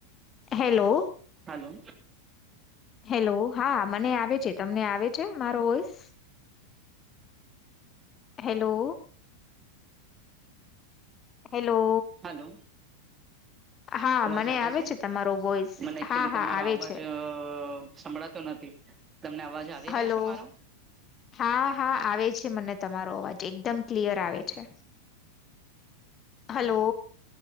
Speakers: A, on the left; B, on the right.
A: હેલો
B: હલો
A: હેલો હા મને આવે છે તમને આવે છે મારો વોઈસ હેલો હેલો
B: હલો
A: હા
B: અવાજ
A: મને
B: આવે છે
A: તમારો વોઇસ
B: મને એકચુલી
A: હા
B: તમારો
A: હા આવે
B: અવાજ.
A: છે
B: સંભળાતો નથી તમને અવાજ આવી
A: હલો
B: રહ્યો છે મારો.
A: હા હા આવે છે મને તમારો અવાજ એકદમ ક્લિયર આવે છે. હલો.